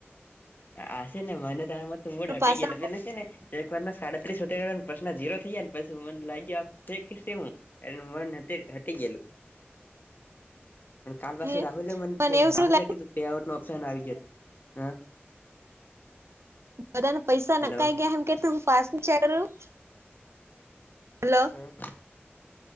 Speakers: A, on the left; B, on the right.
A: આશે ને મને ત મ તું મો હટે
B: પાસા
A: ગેેલે છે ને એક વાર ના સાડત્રીસ ઉતને પ્રશ્ન ઝીરો થઈાય ને પછી મને લાગ્યો હું અ મ હટી ગયેલું પણ કાલ પાછ
B: હે
A: રાહુલે મને
B: એવું
A: રાહુલે
B: શું લાગે
A: કીધું પેઆઉટ નો ઓપ્શન આવી જત હ
B: બધાને પૈસા
A: હેલો
B: નકાઈ ગયા એમ કેતો હું પાસ ચાર રહું હલો
A: હા